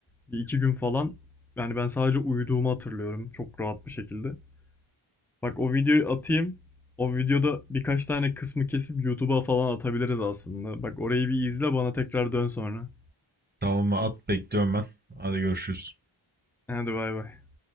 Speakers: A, in the centre; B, on the right (about 20°).
A: bir iki gün falan yani ben sadece uyuduğumu hatırlıyorum çok rahat bir şekilde. Bak o videoyu atayım. O videoda birkaç tane kısmı kesip YouTube'a falan atabiliriz aslında. Bak orayı bir izle bana tekrar dön sonra.
B: Tamam mı? At bekliyorum ben. Hadi görüşürüz.
A: Hadi bay bay.